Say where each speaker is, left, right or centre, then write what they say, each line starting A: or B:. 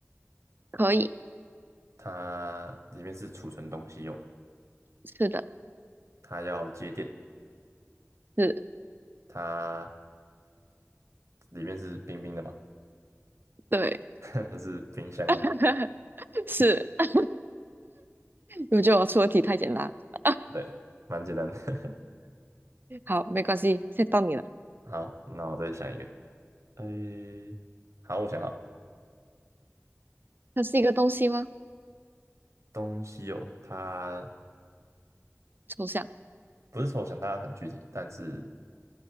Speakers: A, on the right; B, on the right.
A: 可以，
B: 它里面是储存东西用的
A: 是的，
B: 它要接电，
A: 是，
B: 它里面是冰冰的嘛？
A: 对，
B: <laughs> 它是冰箱吗？
A: <laughs> 是。<laughs> 我觉得我出的题太简单了。
B: 对，蛮简单的。
A: 好，没关系，现在到你了。
B: <laughs> 好，那我再想一个。诶，好，我想好
A: 它是一个东西吗？
B: 东西哦，它
A: 抽象，
B: 不是抽象，它很具体，但是